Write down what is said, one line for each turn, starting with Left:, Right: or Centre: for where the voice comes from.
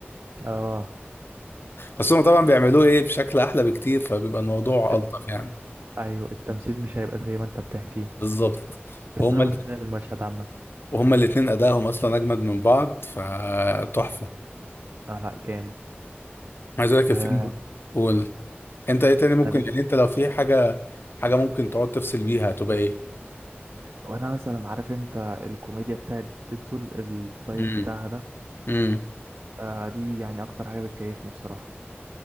Right: اه
Left: بس هم طبعا
Right: لا.
Left: بيعملوه ايه بشكل احلى بكتير فبيبقى الموضوع
Right: ال...
Left: الطف يعني
Right: ايوه التمثيل مش هيبقى زي ما انت بتحكيه
Left: بالظبط
Right: بس
Left: وهم
Right: انا متخيل
Left: ال...
Right: المشهد عامة
Left: وهم الاثنين ادائهم اصلا اجمد من بعض فتحفه
Right: اه لا جامد
Left: عايز اقول لك الفيلم
Right: آه
Left: قول انت ايه تاني ممكن
Right: انا بيت
Left: يعني انت لو في حاجه حاجة ممكن تقعد تفصل بيها هتبقى ايه
Right: هو انا مثلا عارف انت الكوميديا بتاعت ديدبول الطيب
Left: امم
Right: بتاعها ده
Left: امم
Right: آه دي يعني اكتر حاجه بتكيفني بصراحه